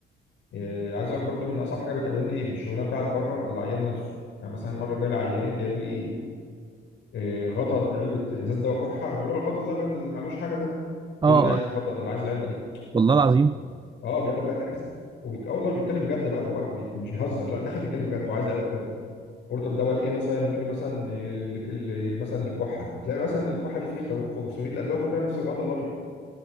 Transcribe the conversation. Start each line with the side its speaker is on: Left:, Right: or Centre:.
Left: آه، عايز اقول لك برضو ان اصعب حاجه بتقابلني في الشغلانه بتاعت بره العيان نفسه يعني مثلا مره جالي عيان جايب لي إيه، غطا علبه ازاز دواء كحه اللي هو الغطا الابيض اللي معلوش حاجه ده
Right: اه
Left: يقول لي انا عايز الغطا اللي عايز العلبه دي
Right: والله
Left: ف
Right: العظيم
Left: اه بيقابله بقى ناس وبيك... اه والله بيتكلم بجد بقى اللي هو بي... مش بيهزر لا داخل بيتكلم بجد وعايز العلبه بجد قلت طب دواء لايه مثلا يقول لي مثلا اللي... اللي... مثلا للكحه تلاقي مثلا الكحه دي فيه خ- 500 الادويه كلها نفس الغطا الابيض